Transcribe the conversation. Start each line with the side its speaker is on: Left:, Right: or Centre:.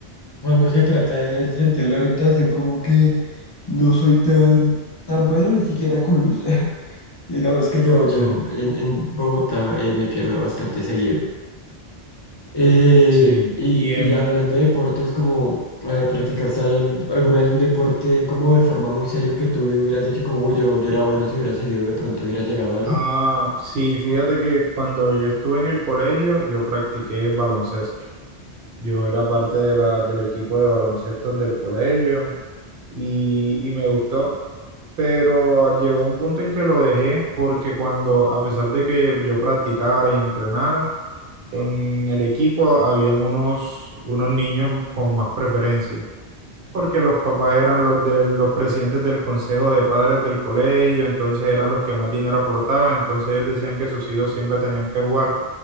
Left: cuando se trata del sentido de la orientación, como que no soy tan, tan bueno ni siquiera con luz. <laughs> Digamos que yo, yo
Right: Sí,
Left: en, en- en Bogotá eh, me pierdo bastante seguido. Eh,
Right: sí.
Left: y,
Right: Y en,
Left: y hablando de deportes, como eh, practicaste al- alguna vez un deporte como de forma muy serio que tú hubieras dicho como, uy, yo, yo era bueno si hubiera seguido, de pronto hubiera llegado a algo.
Right: ah, sí, fíjate que cuando yo estuve en el colegio, yo practiqué baloncesto. Yo era parte de la, del equipo de baloncesto del colegio y, y me gustó, pero llegó un punto en que lo dejé porque cuando, a pesar de que yo practicara y entrenara, en el equipo habían unos, unos niños con más preferencia, porque los papás eran los de los presidentes del consejo de padres del colegio, entonces eran los que más dinero aportaban, entonces ellos decían que sus hijos siempre tenían que jugar,